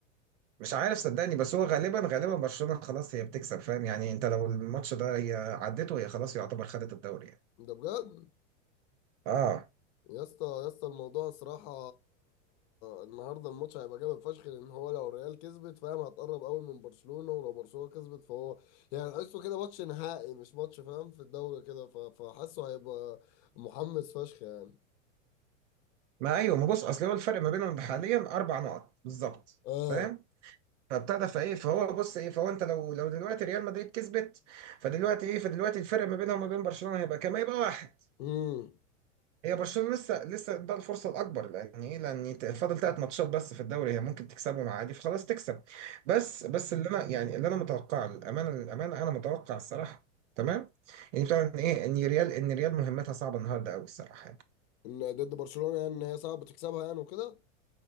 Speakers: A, on the right; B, on the left.
A: مش عارف صدقني بس هو غالبا غالبا برشلونه خلاص هي بتكسب فاهم يعني انت لو الماتش ده هي عدته هي خلاص يعتبر خدت الدوري يعني
B: ده بجد
A: اه
B: يا اسطى يا اسطى الموضوع صراحة النهارده الماتش هيبقى جامد فشخ لان هو لو الريال كسبت فاهم هتقرب قوي من برشلونة ولو برشلونة كسبت فهو يعني تحسه كده ماتش نهائي مش ماتش فاهم في الدوري كده ف... فحاسه هيبقى محمس فشخ يعني
A: ما ايوه ما بص اصل هو الفرق ما بينهم حاليا اربع نقط بالظبط
B: اه
A: فاهم فابتدى فايه فهو بص ايه فهو انت لو لو دلوقتي ريال مدريد كسبت فدلوقتي ايه فدلوقتي الفرق ما بينها وما بين برشلونه هيبقى كام هيبقى واحد
B: امم
A: هي برشلونة لسه لسه ده الفرصة الأكبر لأن إيه لأن ت- فاضل ثلاث ماتشات بس في الدوري هي ممكن تكسبهم عادي فخلاص تكسب بس بس اللي أنا يعني اللي أنا متوقعه الأمانة الأمانة أنا متوقع الصراحة تمام يعني طبعا إيه إن ريال إن ريال مهمتها صعبة النهاردة أوي الصراحة يعني.
B: ان ضد برشلونه يعني ان هي صعب تكسبها يعني وكده